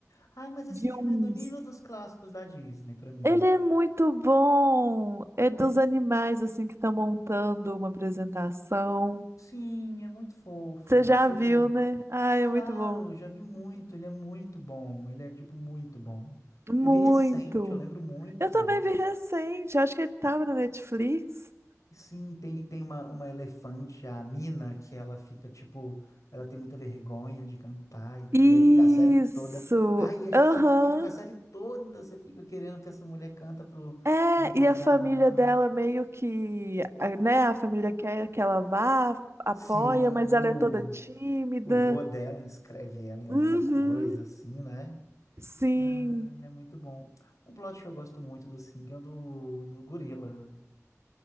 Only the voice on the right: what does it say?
de
uns.
Ele é muito bom. É dos animais assim que estão montando uma apresentação.
Você já
viu, né? Ai,
é muito bom.
Muito.
Eu também vi recente. Acho que ele tava na Netflix.
Isso.
Aham.
É,
e a família
dela meio que, a- né? A família quer que ela vá, apoia,
mas ela
é toda tímida.
Uhum.
Sim.